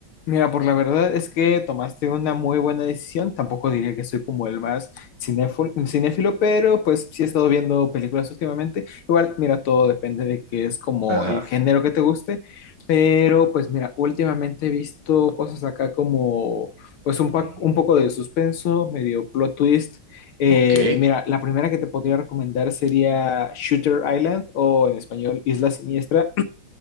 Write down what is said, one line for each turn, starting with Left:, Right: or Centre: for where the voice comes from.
Left: Mira, por la verdad es que tomaste una muy buena decisión. Tampoco diría que soy como el más cinéfilo, cinéfilo, pero pues sí he estado viendo películas últimamente. Igual, mira, todo depende de que es como
Right: Ajá.
Left: el género que te guste. Pero pues mira, últimamente he visto cosas acá como pues un, pa-
Right: ujú.
Left: un poco de suspenso, medio plot twist. Eh,
Right: Ok,
Left: mira, la primera que te podría recomendar sería Shooter Island o en español Isla Siniestra.